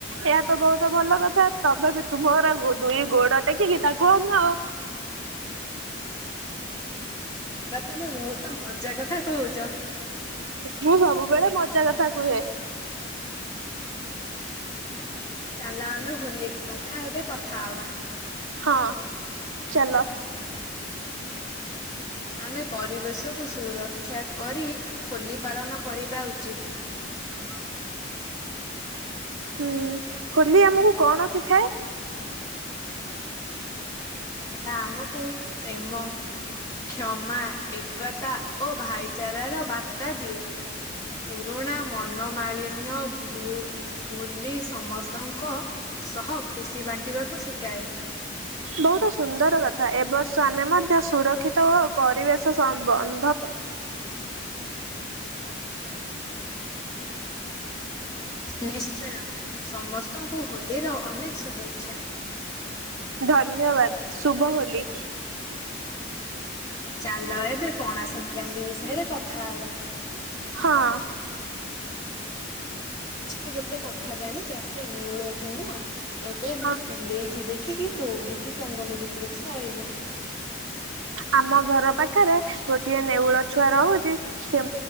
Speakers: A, on the right; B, on the left.
A: ଏହା ତ ବହୁତ ଭଲ କଥା ତମେ ବି ତୁମର ଗୋ ଦୁଇ ଗୋଡ ଟେକିକି ତାକୁ ଅନାଅ।
B: ଗ ତୁମେ ବହୁତ ମଜା କଥା କହୁଛ।
A: ମୁଁ ସବୁବେଳେ ମଜା କଥା କୁହେ।
B: ଚାଲ ଆମେ ହୋଲି କଥା ହେବେ କଥା ହବା
A: ହଁ ଚାଲ। <inaudible>
B: ଆମେ ପରିବେଶକୁୁ ସୁରକ୍ଷା କରି ହୋଲି ପାଳନ କରିବା ଉଚିତ।
A: <inaudible> ହୁଁ ହୋଲି ଆମକୁ କଣ ଶିଖାଏ?
B: ଏହା ଆମକୁ ପ୍ରେମ କ୍ଷମା ଏକତା ଓ ଭାଇଚାରାର ବାର୍ତ୍ତା ଦିଏ। ପୁରୁଣା ମନମାଳିନ୍ୟ ଭୁ ଭୁଲି ସମସ୍ତଙ୍କ ସହ ଖୁସି ବାଣ୍ଟିବାକୁ ଶିକାଏ।
A: ବହୁତ ସୁନ୍ଦର କଥା ଏବର୍ଷ ଆମେ ମଧ୍ୟ ସୁରକ୍ଷିତ ଓ ପରିବେଶ ସ <unintelligible> ମ୍ବନ୍ଧ
B: ନିଶ୍ଚୟ ସମସ୍ତଙ୍କୁ ହୋଲିର ଅନେକ ଶୁଭେଚ୍ଛା।
A: ଧନ୍ୟବାଦ ଶୁଭ ହୋଲି।
B: ଚାଲ ଏବେ ପଣା ସଂକ୍ରାନ୍ତି ବିଷୟରେ କଥା ହବା।
A: ହଁ
B: ଆଚ୍ଛା ଗୋଟେ କଥା ଜାଣିଚ ସେ ନେଉଳଟି ନୁହଁ ଏବେ
A: ହଁ
B: ମୋ ପିଲେଇକି ଦେଖି କି ଦୌଡିକି ଜଙ୍ଗଲ ଭିତରକୁ ପଳେଇଲା।
A: ଆମ ଘର ପାଖରେ ଗୋଟିଏ ନେଉଳ ଛୁଆ ରହୁଛି ସେ